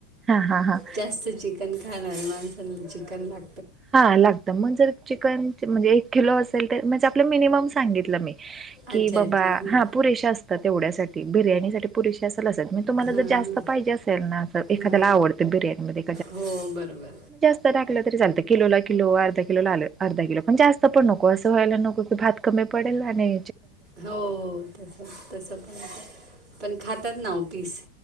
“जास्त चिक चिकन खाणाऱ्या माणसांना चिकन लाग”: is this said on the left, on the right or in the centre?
Right